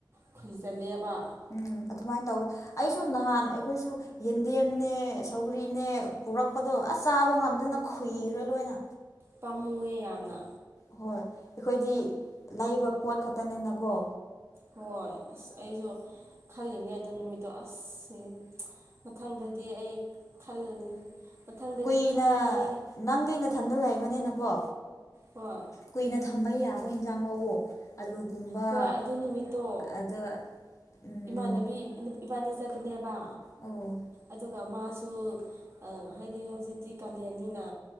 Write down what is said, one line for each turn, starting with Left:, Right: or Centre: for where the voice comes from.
Right: ꯈꯨꯨꯏꯖꯜꯂꯦꯕ
Left: ꯎꯝ ꯑꯗꯨꯃꯥꯏꯟ ꯇꯧꯋꯤ ꯑꯩꯁꯨ ꯅꯍꯥꯟ ꯑꯩꯈꯣꯏꯁꯨ ꯌꯦꯟꯗꯦꯝꯅꯦ ꯁꯧꯔꯤꯅꯦ ꯄꯨꯔꯛꯄꯗꯣ ꯑꯁ ꯆꯥꯕ ꯉꯝꯗꯅ ꯈꯨꯨꯏꯔꯦ ꯂꯣꯏꯅ
Right: ꯄꯥꯝꯃꯨꯑꯦ ꯌꯥꯝꯅ
Left: ꯍꯣꯏ ꯑꯩꯈꯣꯏꯗꯤ ꯂꯩꯕ ꯄꯣꯠ ꯈꯛꯇꯅꯤꯅꯀꯣ
Right: ꯍꯣꯏ ꯑꯁ ꯑꯩꯁꯨ ꯈꯜꯂꯤꯅꯦ ꯑꯗꯨ ꯅꯨꯃꯤꯠꯇꯣ ꯑꯁ ꯎꯝ ꯃꯊꯪꯗꯗꯤ ꯑꯩ <inaudible>
Left: ꯀꯨꯏꯅ
Right: ꯈꯪꯉꯅꯤ
Left: ꯅꯪꯗꯤ ꯅꯊꯟꯗ ꯂꯩꯕꯅꯤꯅꯀꯣ
Right: ꯍꯣꯏ
Left: ꯀꯨꯏꯅ ꯊꯝꯕ ꯌꯥꯕ ꯍꯤꯟꯖꯥꯡ ꯂꯧꯋꫭ ꯑꯂꯨꯒꯨꯝꯕ
Right: ꯍꯣꯏ ꯑꯗꯨ ꯅꯨꯃꯤꯠꯇꯣ
Left: ꯑꯗ ꯎꯝ
Right: ꯏꯃꯥꯟꯅꯕꯤ ꯏꯕꯥꯅꯤ ꯆꯠꯄꯅꯦꯕ
Left: ꯑꯣ
Right: ꯑꯗꯨꯒ ꯃꯥꯁꯨ ꯑꯪ ꯍꯥꯏꯗꯤ ꯍꯧꯖꯤꯛꯇꯤ ꯀꯥꯂꯦꯟꯅꯤꯅ